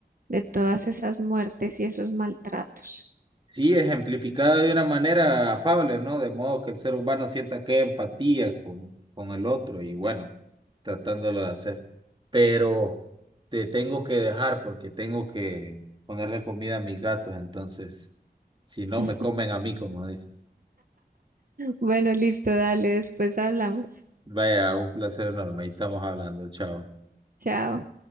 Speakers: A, on the right (about 55°); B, on the right (about 30°).
A: de todas esas muertes y esos maltratos.
B: sí, ejemplificado de una manera afable, ¿no? De modo que el ser humano sienta que empatía con, con el otro y bueno, tratándolo de hacer. Pero te tengo que dejar porque tengo que ponerle comida a mis gatos, entonces, si no
A: <laughs>
B: me comen a mí, como dicen.
A: Bueno, listo, dale, después hablamos.
B: Vaya, un placer enorme, ahí estamos hablando, chao.
A: Chao.